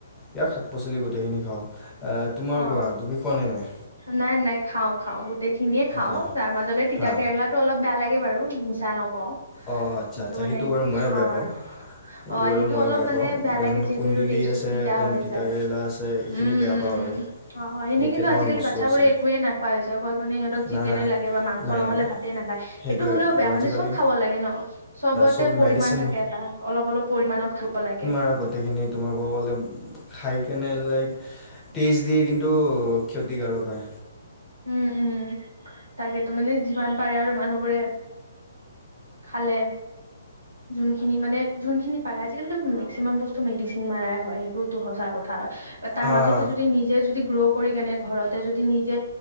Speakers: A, on the left; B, on the right.
A: ইয়াক শাক পাচলি গোটেইখিনি খাওঁ, আ তোমাৰ
B: অ
A: কোৱা তুমি খোৱা নে নাই?
B: নাই নাই খাও খাওঁ গোটেই খিনিয়ে খাওঁ
A: অ'কে
B: তাৰ মাজতে তিতা
A: হা
B: কেৰেলা টো অলপ বেয়া লাগে বাৰু মিছা নকওঁ
A: অঁ আচ্ছা
B: কিন্তু
A: আচ্ছা
B: মানে
A: সেইটো বাৰু ময়ো
B: খাওঁ
A: বেয়া পাওঁ
B: আৰু। অ
A: বাৰু
B: সেইটো
A: ময়ো
B: অলপ মানে
A: পাওঁ
B: বেয়া
A: দেন
B: লাগে যিহেতু
A: কুন্দুলি
B: সেইটো টেষ্টটো
A: আছে
B: তিতা
A: দেন
B: হৈ
A: তিতাকেৰেলা
B: যায়।
A: আছে এইখিনি
B: উম
A: বেয়া
B: উম
A: পাওঁ আৰু
B: উম। অ হয় এনেই
A: এই
B: কিন্তু
A: কেইটামান
B: আজিকালি
A: বস্তু
B: বাচ্ছাবোৰে
A: আছে
B: একোৱে নাপাই, <inaudible> অকল মানে সিহঁতক চিকেনে
A: না না
B: লাগে মাংস
A: নাই
B: নহলে
A: নাই
B: ভাত তে নাখায়,
A: সেইটোৱে
B: এইটো হ'লেও বেয়া
A: আৰু
B: মানে
A: আজিকালি
B: চব খাব লাগে ন?
A: চব
B: তে পৰিমাণ
A: মেডিচিন
B: থাকে এটা অলপ অলপ পৰিমানত খাব লাগে।
A: তাৰ গোটেইখিনিত তোমাক ক'ব গ'লে খাই কেনে লাইক তেষ্ট দিয়ে কিন্তু ক্ষতিকাৰক হয়।
B: উম উম তাকেতো মানে যিমান পাৰে আৰু মানুহবোৰে খালে যোনখিনি মানে যোনখিনি পাৰা আজিকালিতো মেক্সিমাম বস্তু মেডিচিন মাৰাই হয়, সেইটো টো সঁচা কথা তাৰ
A: হা
B: মাজতে
A: হা
B: যদি নিজে যদি গ্ৰ কৰি কেনে ঘৰতে যদি নিজে